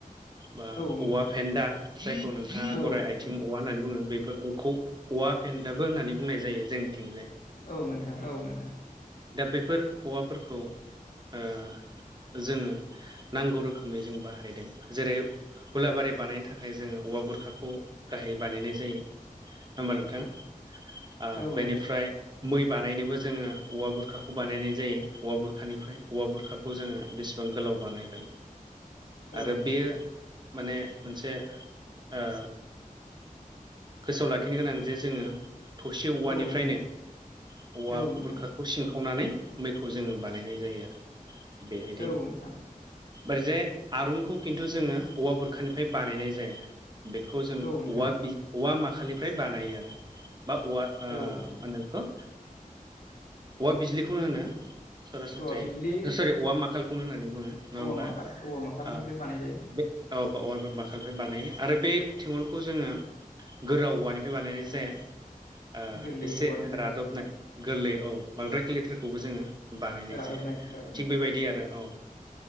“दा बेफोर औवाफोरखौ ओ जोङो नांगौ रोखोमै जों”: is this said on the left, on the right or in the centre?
Right